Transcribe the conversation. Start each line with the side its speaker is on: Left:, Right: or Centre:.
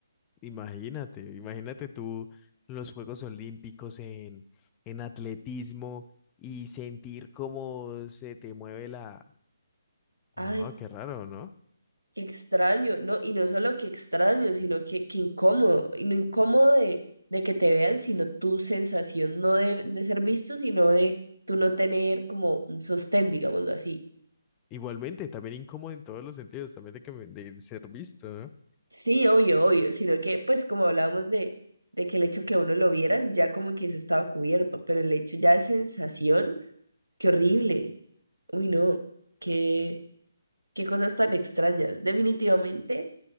Left: Imagínate, imagínate tú los Juegos Olímpicos en, en atletismo y sentir cómo se te mueve la... No,
Right: ay
Left: qué raro, ¿no?
Right: Qué extraño, ¿no? Y no solo que extraño, sino que, que incómodo. Y no incómodo de, de que te vean, sino tu sensación no de, de ser visto, sino de tú no tener como un sostén, digámoslo así.
Left: Igualmente, también incómodo en todos los sentidos, también de, que, me- de ser visto, ¿no?
Right: Sí, obvio, obvio, sino que pues como hablábamos de, de que el hecho que a uno lo vieran, ya como que eso estaba cubierto, pero el hecho ya de sensación, qué horrible. Uy, no, qué, qué cosas tan extrañas. Definitivamente.